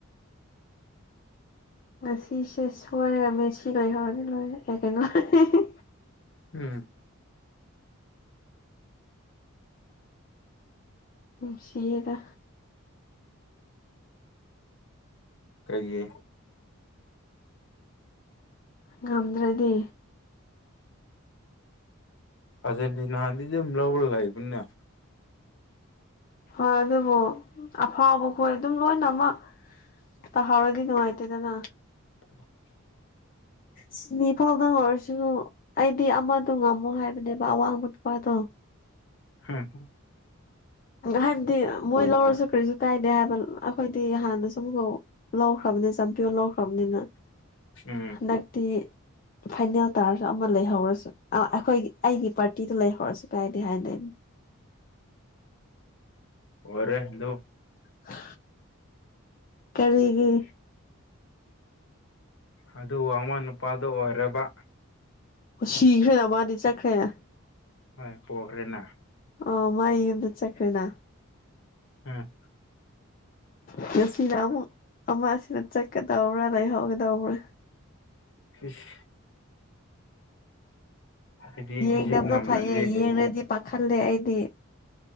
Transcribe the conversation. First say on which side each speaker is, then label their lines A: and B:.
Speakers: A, on the left; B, on the left.
A: ꯉꯁꯤꯁꯦ ꯁꯣꯏꯔ ꯃꯦꯁꯤ ꯂꯩꯍꯧꯔꯗꯤ ꯂꯣꯏꯔꯦ ꯑꯦ ꯀꯩꯅꯣ ꯍꯦꯍꯦꯍꯦ
B: ꯎꯝ
A: ꯅꯨꯡꯁꯤꯌꯦꯗ
B: ꯀꯩꯒꯤ
A: ꯉꯝꯗ꯭ꯔꯗꯤ
B: ꯑꯔꯖꯦꯟꯇꯤꯅꯥꯗꯤ ꯑꯗꯨꯝ ꯂꯧꯔ ꯂꯩꯕꯅꯦ
A: ꯍꯣꯏ ꯑꯗꯨꯕꯨ ꯑꯐꯥꯎꯕꯈꯣꯏ ꯑꯗꯨꯝ ꯂꯣꯏꯅꯃꯛ ꯇꯥꯍꯧꯔꯗꯤ ꯅꯨꯡꯉꯥꯢꯇꯦꯗꯅꯥ
B: <inaudible>
A: ꯁꯤꯅꯤ ꯐꯥꯎꯗꯪ ꯑꯣꯏꯔꯁꯨ ꯑꯩꯗꯤ ꯑꯃꯗꯣ ꯉꯝꯃꯣ ꯍꯥꯏꯕꯅꯦꯕ ꯑꯋꯥꯡꯕ ꯅꯨꯄꯥꯗꯣ
B: ꯍꯝ
A: ꯍꯥꯏꯕꯗꯤ ꯃꯣꯏ ꯂꯧꯔꯁꯨ ꯀꯔꯤꯁꯨ ꯀꯥꯏꯗꯦ ꯍꯥꯏꯕ ꯑꯩꯈꯣꯏꯗꯤ ꯍꯥꯟꯅꯁꯨ ꯑꯃꯨꯛꯀ ꯂꯧꯈ꯭ꯔꯕꯅꯤ ꯆꯝꯄꯤꯌꯣꯟ ꯂꯧꯈ꯭ꯔꯕꯅꯤꯅ
B: ꯎꯝ
A: ꯍꯟꯗꯛꯇꯤ ꯐꯥꯏꯅꯦꯜ ꯇꯥꯔꯁꯨ ꯑꯃ ꯂꯩꯍꯧꯔꯁꯨ ꯑꯥ ꯑꯩꯈꯣꯏꯒꯤ ꯑꯩꯒꯤ ꯄꯥꯔꯇꯤꯗꯣ ꯂꯩꯍꯧꯔꯁꯨ ꯀꯥꯏꯗꯦ ꯍꯥꯏꯅ ꯂꯩꯕꯅꯦ
B: ꯑꯣꯏꯔꯦ ꯑꯗꯨ
A: ꯍꯥ ꯀꯔꯤꯒꯤ
B: ꯑꯗꯨ ꯑꯃ ꯅꯨꯄꯥꯗꯨ ꯑꯣꯏꯔꯕ
A: ꯑꯣ ꯁꯤꯈ꯭ꯔꯦꯅ ꯃꯥꯗꯤ ꯆꯠꯈ꯭ꯔꯦꯅ
B: ꯍꯣꯏ ꯄꯣꯈ꯭ꯔꯦꯅ
A: ꯑꯥ ꯃꯥꯏ ꯌꯨꯝꯗ ꯆꯠꯈ꯭ꯔꯦꯅ
B: ꯎꯝ
A: ꯉꯁꯤꯅ ꯑꯃꯨꯛ ꯑꯃꯁꯤꯅ ꯆꯠꯀꯗꯧꯔꯥ ꯂꯩꯍꯧꯒꯗꯧꯔ
B: ꯢꯁ ꯑꯩꯗꯤ
A: ꯌꯦꯡꯗꯕꯅ
B: ꯏꯖꯤꯞ ꯉꯝꯔꯗꯤ
A: ꯐꯩꯌꯦ ꯌꯦꯡꯔꯗꯤ ꯄꯥꯈꯠꯂꯦ ꯑꯩꯗꯤ